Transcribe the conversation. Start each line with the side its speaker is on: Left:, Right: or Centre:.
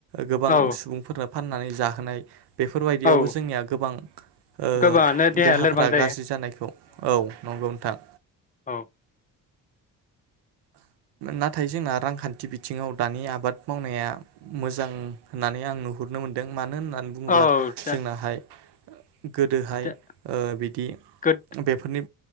Right: गोबां
Left: औ
Right: सुबुंफोरा फाननानै जाहोनाय बेफोरबायदियावबो
Left: औ
Right: जोंनिया गोबां ओ
Left: गोबाङानो देहाया
Right: देहाफोरा
Left: लोरबां जायो
Right: गाज्रि जानायखौ औ नंगौ नोंथां।
Left: औ
Right: नाथाय जोंना रांखान्थि बिथिङाव दानि आबाद मावनाया मोजां होनना नै आं नुहुरनो मोनदों मानो होन नानै बुङोब्ला
Left: औ दा
Right: जोंनाहाय गोदोहाय
Left: दा
Right: ओ बिदि
Left: गोद
Right: बेफोरनि